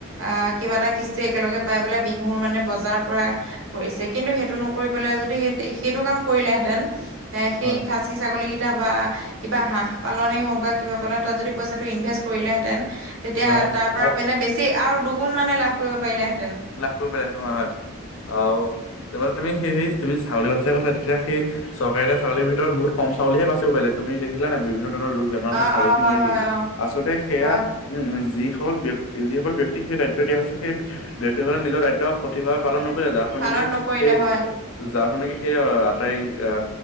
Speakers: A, on the right; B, on the left.
A: আহ, কিবা এটা কিচ যে একেলগে পাই পেলাই, বিহুৰ মানে বজাৰৰ পৰা কৰিছে, কিন্তু সেইটো নকৰি পালে যদি সেই সেইটো কাম কৰিলেহেঁতেন এই, সেই
B: হয়
A: খাচী ছাগলী কেইটা বা কিবা হাঁহ পালনে হওঁক বা কিবা পালে তাত যদি পইচাটো ইনভেষ্ট কৰিলেহেঁতেন, তেতিয়া
B: হয়
A: তাৰ পৰা
B: হয়
A: মানে বেছি ছি, আৰু দুগুণ মানে লাভ কৰিব পাৰিলেহেঁতেন।
B: লাভ কৰিব পাৰিলেহেঁতেন হয়, হয়, আৰু
A: সিহঁতে
B: এবাৰ তুমি হেৰি হেৰি তুমি ছাগলী কথা যে কৈছিলা তেতিয়া সেই চৰকাৰে দিয়া, ছাগলী ভিতৰত বহুত কম ছাগলীহে বাচিব পাৰিলে, তুমি দেখিলা নে নাই বিভিন্ন ধৰণৰ ৰূপ। বেমাৰ
A: অ',
B: হৈ ছাগলীখিনি
A: অ', হয়,
B: মৰি
A: হয়,
B: থাকিলে,
A: অ',
B: আচলতে সেয়া
A: হয়,
B: উম, উম, যিসকল ব্যক্তিক, যিসকল ব্যক্তিক সেই দায়িত্ব দিয়া হৈছে সেই ব্যক্তিসকলে নিজৰ দায়িত্ব সঠিকভাৱে পালন নকৰিলে যাৰ, <inaudible> সেই
A: পালন নকৰিলে হয়।
B: যাৰ কাৰণে সেই আৰু আটাইয়ে অ,